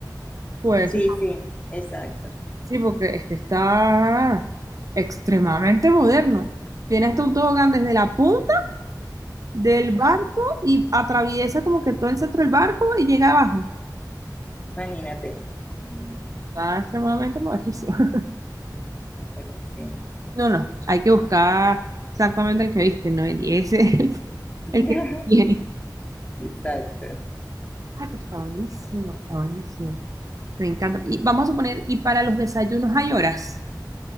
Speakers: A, on the right (about 50°); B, on the left (about 20°).
A: Pues
B: Sí, sí, exacto.
A: sí, porque este está extremadamente moderno. Tiene hasta un tobogán desde la punta del
B: Ajá.
A: barco y atraviesa como que todo el centro del barco y llega abajo.
B: Imagínate. Mm,
A: Está extremadamente modernísimo. <laughs>
B: buenísimo.
A: No, no, hay que buscar exactamente el que viste, ¿no? Y ese es <laughs>
B: <laughs>
A: el, el que tiene.
B: Exacto.
A: Ah, pero está buenísimo, está buenísimo. Me encanta. Y vamos a suponer, ¿y para los desayunos hay horas?